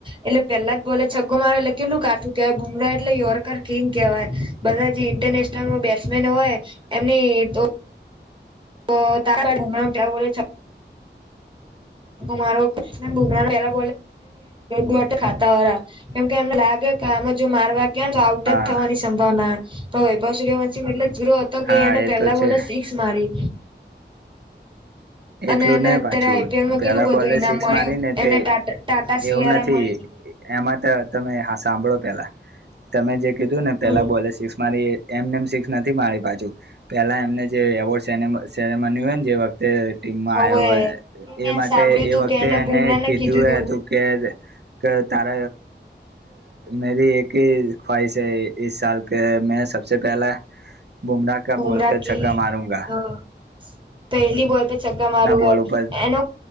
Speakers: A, on the right; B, on the right.
A: એટલે પેલા જ બોલે છક્કો મારે એટલે કેટલું કાથું કહેવાય ભુમરા એટલે યોરકર કિંગ કહેવાય બધા જે ઇન્ટરનેશનલમાં બે બેસ્ટમેન હોય એમની તો તો તારા નામ ક્યાં બોલે છે મારો ક બુમરા પેલા બોલે ખાતા હો કેમ કે એમને લાગે <inaudible> આમાં જો મારવા ગયા તો આઉટ જ
B: હા
A: થવાની સંભાવના પણ વૈભવ સુયૅવંશી મતલબ જરો હતો કે
B: હા
A: એને
B: એ
A: પેલા
B: તો છે
A: બોલે સિક્સ મારી
B: એટલું
A: અને એને
B: નહી
A: અત્યારે
B: પાછું
A: આઈપીએલમાં
B: પેલા
A: કેટલું બધું
B: બોલે
A: ઈનામ
B: સિક્સ
A: મળ્યું
B: મારી ને તે
A: એને ટાટા ટાટા સિયારા
B: એવું નથી
A: મળી
B: એમાં તો તમે હા સાંભળો પેલા તમે જે કીધું ને પેલા
A: હમ
B: બોલેસિક્સ મારી એમને એમ શિક્સ નથી મારુ પાછું પેલા એમને જે એવોર્ડ સેરે સેરેમન હોય ને જે વખતે ટીમમાં
A: હવે
B: આવ્યો
A: મેં
B: એ માટે
A: સાંભળ્યું
B: એ
A: તું
B: વખતે
A: કે
B: એને
A: બુમરાહ ને
B: કીધું
A: તું
B: હતું કે તાર મેરી એક જ ખવાઇશ હૈ ઇસ સાલ કા મે સબસે પહેલા બુમડા કા
A: બુમરાહ
B: બોલ ને
A: કી
B: છગ્ગા મારુંંગા
A: અ પહેલી બોલ પે છક્કા મારુગા
B: બોલ ઉપર
A: એનો